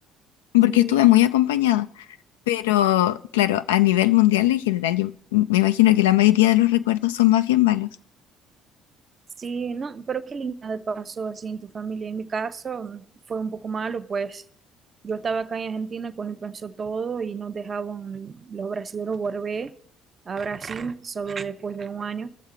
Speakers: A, on the left; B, on the right.
A: porque
B: sí,
A: estuve muy acompañada. Pero claro, a nivel mundial en general, yo me imagino que la mayoría de los recuerdos son más bien malos.
B: sí, no, pero qué linda pasó así en tu familia. En mi caso mm, fue un poco malo, pues yo estaba acá en Argentina cuando empezó todo y nos dejaban los brasileños volver a Brasil solo después de un año.